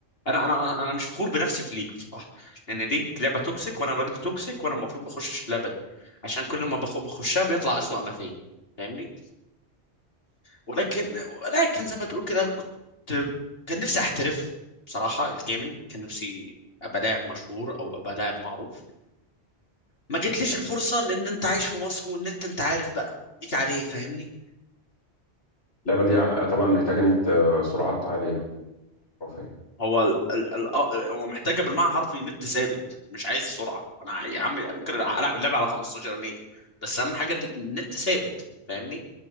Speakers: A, on the left; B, on the left.
A: أنا أنا أنا مش فخور بنفسي في ليج بصراحة لأن ليج لعبة توكسيك وأنا راجل توكسيك وأنا المفروض ما أخشش اللعبة دي عشان كل ما بخ- بخشها بيطلع أسوأ ما فيا فاهمني ولكن ولكن زي ما تقول كده كنت كان نفسي احترف بصراحة الجيمنج كان نفسي ابقى لاعب مشهور او ابقى لاعب معروف ما جتليش الفرصة لان انت عايش في مصر والنت انت عارف بقى ليك عليه فاهمني
B: اللعبة دي طبعا محتاجة نت آه، سرعات عالية خرافية
A: هو ال ال ال آه، هو محتاجة بالمعنى الحرفي نت ثابت مش عايز سرعة انا يا عم ممكن العب اللعبة على 15 ميجا بس اهم حاجة النت ثابت فاهمني